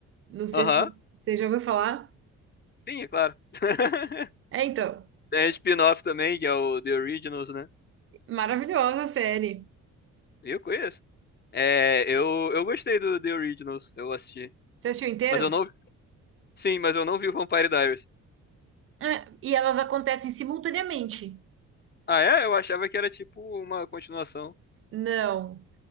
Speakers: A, on the right; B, on the left.
A: Não sei
B: Aham,
A: se você já ouviu falar.
B: sim, é claro. <laughs>
A: É, então,
B: Tem spin-off também, que é o The Originals, né?
A: maravilhosa a série.
B: Eu conheço. É, eu, eu gostei do The Originals, eu assisti.
A: Você assistiu inteiro?
B: Mas eu não Sim, mas eu não vi o Vampire Diaries.
A: É, e elas acontecem simultaneamente.
B: Ah, é? Eu achava que era tipo uma continuação.
A: Não,